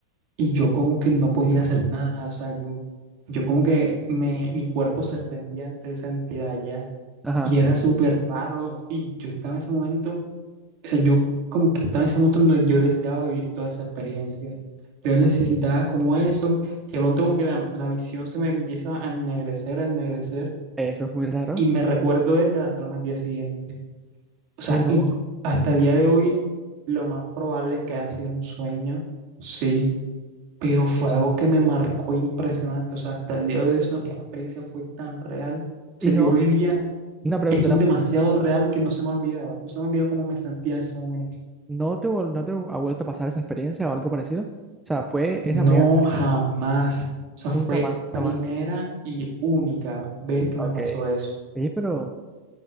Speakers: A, on the right (about 45°); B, in the centre.
A: Y yo como que no podía hacer <laughs> nada, o sea, yo, yo como que me, mi cuerpo se rendía ante esa entidad ya.
B: Ajá.
A: Y era súper raro. Y yo estaba en ese momento, o sea, yo como que estaba en ese momento donde yo deseaba vivir toda esa experiencia. Yo necesitaba
B: ok,
A: como eso. Y de pronto como que la, la visión se me empieza a ennegrecer, a ennegrecer.
B: Eso es muy raro.
A: Y me recuerdo es levantarme al día siguiente. O sea,
B: Qué loco.
A: y hasta el día de hoy lo más probable es que haya sido un sueño, sí, pero fue algo que me marcó impresionante. O sea, hasta el día de hoy eso- esa experiencia fue tan real. O
B: Y
A: sea,
B: no,
A: yo vivía
B: una pregunta,
A: eso
B: una-
A: es demasiado real que no se me ha olvidado. No se me olvidó cómo me sentía en ese momento.
B: ¿no te, vol- no te ha vuelto a pasar esa experiencia o algo parecido? O sea, fue esa
A: No
B: primera,
A: jamás. O sea, fue
B: nunca más, nunca
A: primera
B: más.
A: y única vez que
B: Ok.
A: me pasó eso.
B: Oye, pero...